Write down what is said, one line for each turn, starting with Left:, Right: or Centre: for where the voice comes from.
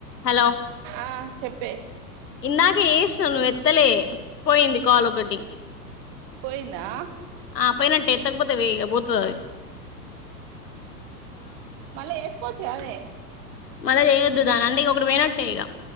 Left: Hello
Right: ఆ చెప్పే
Left: ఇందాకే చేసిన నువ్వు ఎత్తలే పోయింది కాల్ ఒకటి
Right: పోయిందా
Left: ఆ పోయినట్టే ఏతక్కపోతే ఇగ పోతది ఆది
Right: మళ్ళ చేసుకోవచ్చు కాదే
Left: మళ్ళ చేయద్దు దాని అంటే ఇగ ఒకటి పోయినా నట్టే ఇగ